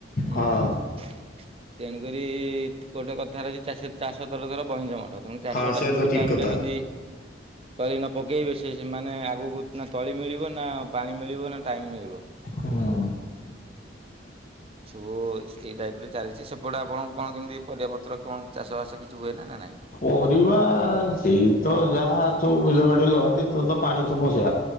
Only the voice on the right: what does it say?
ହୁଁ।
ତେଣୁକରି ଗୋଟେ କଥାରେ ଅଛି ଚାଷ ଚାଷଥରଥର ବହିଁସ ମଠ, ତେଣୁ ଚାଷଟା
ଯୋଉ
ଟାଇମ୍
ରେ ଯଦି ତଳି ନ ପକେଇବେ ସେ ମାନେ ଆଗକୁ ନା ତଳି ମିଳିବ ନା ପାଣି ମିଳିବ ନା ଟାଇମ୍ ମିଳିବ।
ସବୁ ଏଇ ଟାଇପ୍ରେ ଚାଲିଛି, ସେପଟେ ଆପଣଙ୍କୁ କଣ କେମିତି ପରିବାପତ୍ର କଣ ଚାଷବାସ କିଛି ହୁଏ ନା ନା ନାହିଁ?